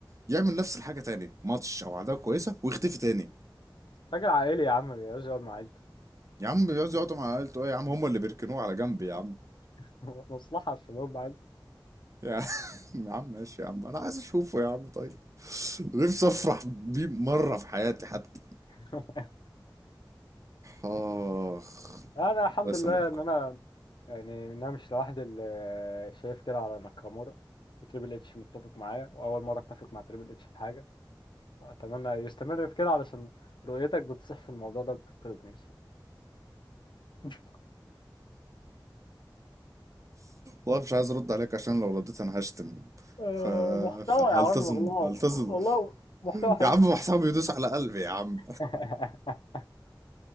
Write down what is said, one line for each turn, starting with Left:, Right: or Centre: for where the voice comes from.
Right: يعمل نفس الحاجه تاني ماتش او عداوه كويسه ويختفي تاني
Left: راجل عائلي يا عم بيقعد مع عيلته
Right: يا عم بيقعدوا يقعدوا مع عيلته ايه يا عم هم اللي بيركنوه على جنب يا عم
Left: <laughs> مصلحة عشان يقعد مع عيلته
Right: يا عم <laughs> يا عم ماشي يا عم انا عايز اشوفه يا عم طيب نفسي افرح بيه مره في حياتي حتى
Left: <laughs>
Right: اخ
Left: انا الحمد
Right: الله يسامحكم
Left: لله ان انا يعني انا مش لوحدي اللي شايف كده على ناكامورا وتريبل اتش متفق معاه واول مره اتفق مع تريبل اتش في حاجه اتمنى يستمر في كده علشان رؤيتك بتصح في الموضوع ده بتطربني <laughs>
Right: والله مش عايز ارد عليك عشان لو رديت انا هشتم
Left: آه،
Right: فهلتزم
Left: محتوى يا عم والله
Right: هلتزم هلتزم.
Left: والله محتوى حلو
Right: يا عم محسن بيدوس على قلبي يا عم
Left: <laughs>